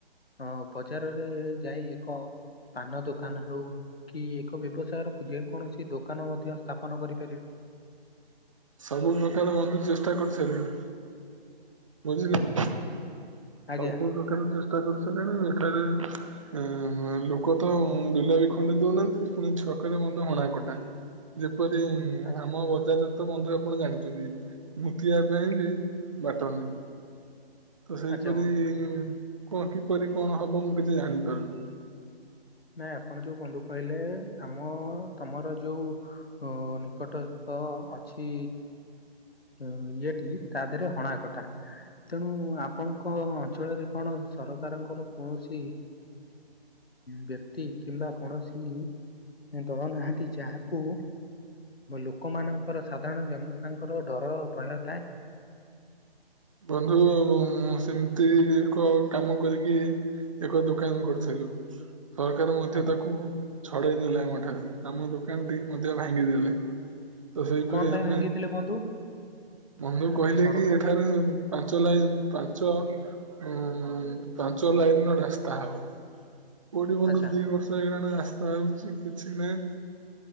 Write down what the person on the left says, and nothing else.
ଅ ବଜାରରେ ଯାଇ ଏକ। ପାନ ଦୋକାନ ହଉ କି ଏକ ବ୍ୟବସାୟର ଯେକୌଣସି ଦୋକାନ ମଧ୍ୟ ସ୍ଥାପନ କରି
ଆଜ୍ଞା
ଆଚ୍ଛା
ଆଚ୍ଛା ବନ୍ଧୁ।
ନାଇଁ ଆପଣ ଯୋଉ ବନ୍ଧୁ କହିଲେ ଆମ ତମର ଯୋଉ ଅ ନିକଟ ତ ଅଛି ଇଏଟି ତା ଦେହରେ ହଣାକଟା। ତେଣୁ ଆପଣଙ୍କ ଅଞ୍ଚଳରେ କଣ ସରକାରଙ୍କର କୌଣସି ବ୍ୟକ୍ତି କିମ୍ବା କୌଣସି ଦଳ ନାହାନ୍ତି ଯାହାକୁ ଲୋକମାନନଙ୍କର ସାଧାରଣ ଜନତାଙ୍କର ଡର ଭୟ ଥାଏ।
ଆଜ୍ଞା
କଣ ପାଇଁ
ଭାଙ୍ଗିଦେଲେ ବନ୍ଧୁ
ସରକାର
ଆଚ୍ଛା